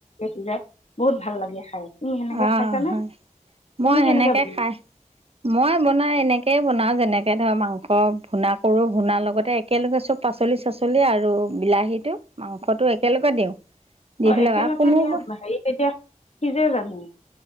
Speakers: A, on the left (about 50°); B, on the right (about 45°).
A: সিজে বহুত ভাল লাগে খাই তুমি সেনেকৈ
B: অ
A: খাইছানে
B: হয় মই
A: তুমি কেনেকৈ
B: সেনেকে
A: বনোৱা
B: খাই মই বনাই এনেকেই বনাও যেন এনেকে ধৰ মাংস ভূণা কৰোঁ ভূণাৰ লগত এ একেলগে চব পাচলি চাচলি পাচলি আৰু বিলাহী টো মাংসটো একেলগে দিওঁ দি
A: অ
B: পেলাই
A: একেলগে
B: আৰু কোনোবা
A: দিয়া হেৰি তেতিয়া সিজে জানো